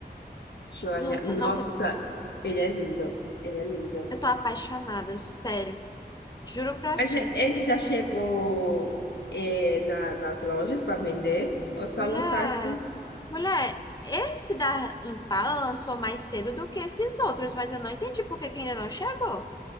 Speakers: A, on the left; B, on the left.
A: Deixa eu olhar.
B: Nossa,
A: Nossa,
B: nossa,
A: ele é lindo. Ele é lindo.
B: eu tô apaixonada, sério. Juro pra
A: Mas
B: ti.
A: e- ele já chegou eh, na- nas lojas para vender? Ou só
B: Mulher,
A: lançaram assim?
B: mulher, esse da Impala lançou mais cedo do que esses outros, mas eu não entendi por que que ainda não chegou.